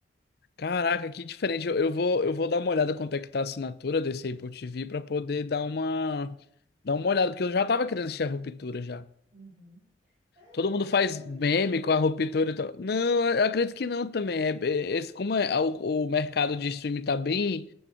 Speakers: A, on the left; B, on the right.
A: Caraca, que diferente. Eu, eu vou, eu vou dar uma olhada quanto é que tá a assinatura desse Apple TV pra poder dar uma, dar uma olhada, porque eu já tava querendo assistir a Ruptura já.
B: Uhum. É,
A: Todo
B: eu
A: mundo
B: acho
A: faz
B: que não é muito
A: meme
B: caro, não.
A: com a ruptura e tal. Não, eu acredito que não também. É, é- esse- como é, o, o mercado de streaming tá bem